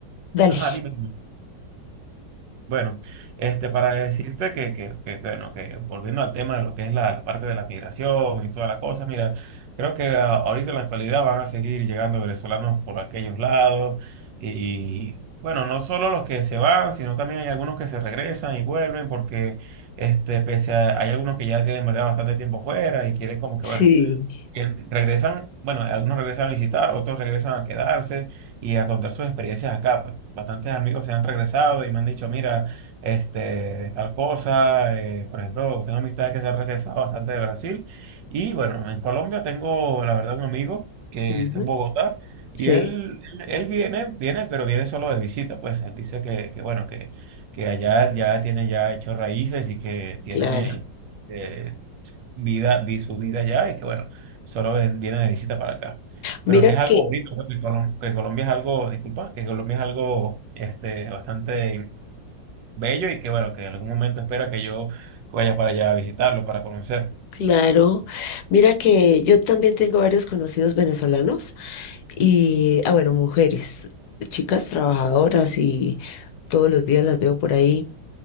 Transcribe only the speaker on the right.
ajá, dime. Bueno, este, para decirte que, que, que, bueno, que volviendo al tema de lo que es la, la parte de la migración y toda la cosa, mira, creo que a- ahorita en la actualidad van a seguir llegando venezolanos por aquellos lados y, bueno, no solo los que se van, sino también hay algunos que se regresan y vuelven porque, este, pese a, hay algunos que ya tienen ¿verdad? bastante tiempo fuera y quieren como que,
bueno, que regresan, bueno, algunos regresan a visitar, otros regresan a quedarse y a contar sus experiencias acá, pues. Bastantes amigos se han regresado y me han dicho, mira, este, tal cosa, eh, por ejemplo, tengo amistades que se han regresado bastante de Brasil y bueno, en Colombia tengo, la verdad, un amigo que
está en Bogotá y
él, él, él viene, viene, pero viene solo de visita, pues. Él dice que, que bueno, que, que allá ya tiene ya hecho raíces y que tiene...
eh, vida, vi su vida allá y que bueno, solo ven- viene de visita para acá.
Pero que es algo
bonito, ¿no? que, Colom- que Colombia es algo, disculpa, que Colombia es algo este, bastante bello y que bueno, que en algún momento espera que yo vaya para allá a visitarlo, para conocer.